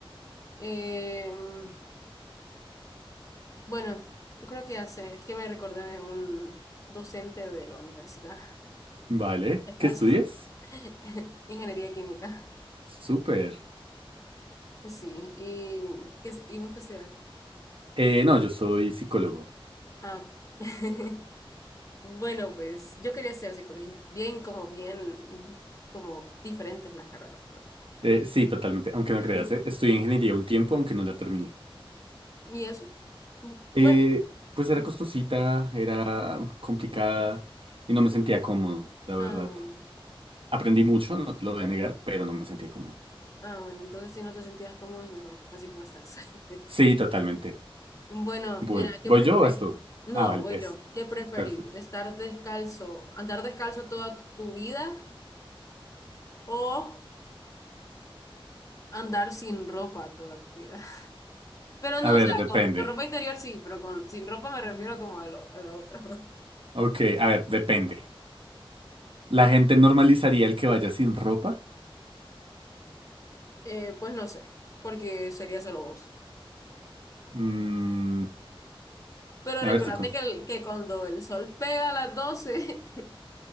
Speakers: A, on the left; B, on the right.
A: Em, Bueno, yo creo que hace, es que me recordé de un docente de la universidad,
B: Vale,
A: descalzo,
B: ¿qué estudias?
A: <laughs> ingeniería química.
B: Súper.
A: Sí, y, ¿qué, es- y vos qué sea.
B: Eh, no, yo soy psicólogo.
A: Ah, <laughs> bueno, pues yo quería hacer psicología, bien como bien, como diferentes las carreras.
B: Eh, sí, totalmente, aunque no
A: <laughs>
B: creas, eh, Estudié ingeniería un tiempo, aunque no la terminé.
A: ¿Y eso?
B: Eh,
A: Bueno,
B: pues
A: no
B: era costosita,
A: sé.
B: era complicada y no me sentía cómodo, la verdad.
A: Ah, bueno.
B: Aprendí mucho, no te lo voy a negar, pero no me sentía cómodo.
A: Ah, bueno, entonces si no te sentías cómodo es mejor, así como estás. <laughs>
B: Sí, totalmente.
A: Bueno,
B: Bueno,
A: mira, ¿qué
B: ¿voy
A: preferís?
B: yo o vas tú?
A: No,
B: Ah, vale,
A: voy
B: es.
A: yo. ¿Qué preferís?
B: Perfecto.
A: ¿Estar descalzo, andar descalzo toda tu vida o andar sin ropa toda tu vida? <laughs> Pero no,
B: A
A: o
B: ver,
A: sea,
B: depende.
A: con, con ropa interior sí, pero con sin ropa me refiero como a lo, a lo otro. <laughs>
B: Ok, a ver, depende. ¿La gente normalizaría el que vaya sin ropa?
A: Eh, pues no sé, porque sería solo vos.
B: Mm,
A: Pero
B: a
A: recordate
B: ver si... con...
A: que, el- que cuando el sol pega a las doce <laughs>